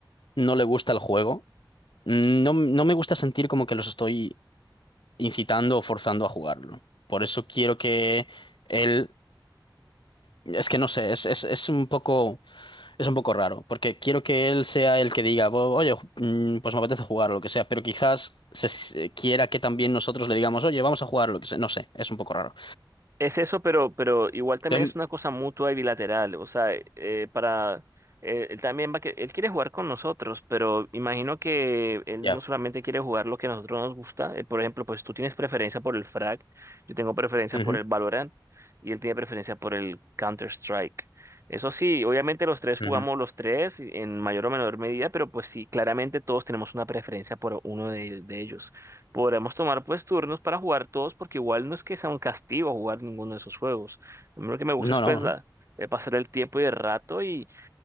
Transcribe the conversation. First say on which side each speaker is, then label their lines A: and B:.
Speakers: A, on the left; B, on the right.
A: no le gusta el juego, no, no me gusta sentir como que los estoy incitando o forzando a jugarlo. Por eso quiero que él. Es que no sé, es, es, es un poco, es un poco raro, porque quiero que él sea el que diga, "Bo- oye, ju- mm, pues me apetece jugar o lo que sea, pero quizás se, se- quiera que también nosotros le digamos, oye, vamos a jugar o lo que sea, no sé, es un poco raro.
B: Es eso, pero, pero igual también
A: Entonces,
B: es una cosa mutua y bilateral. O sea, eh, para eh, él también va a que él quiere jugar con nosotros, pero imagino que él
A: ya.
B: no solamente quiere jugar lo que a nosotros nos gusta. eh, por ejemplo, pues tú tienes preferencia por el Frag, yo tengo preferencia
A: Ujú,
B: por el Valorant y él tiene preferencia por el Counter-Strike. Eso sí, obviamente los tres jugamos
A: ujú.
B: los tres en mayor o menor medida, pero pues sí, claramente todos tenemos una preferencia por uno de de ellos. Podremos tomar pues turnos para jugar todos porque igual no es que sea un castigo jugar ninguno de esos juegos. A mí lo que me gusta
A: No,
B: es pues
A: no.
B: la- eh, pasar el tiempo y el rato y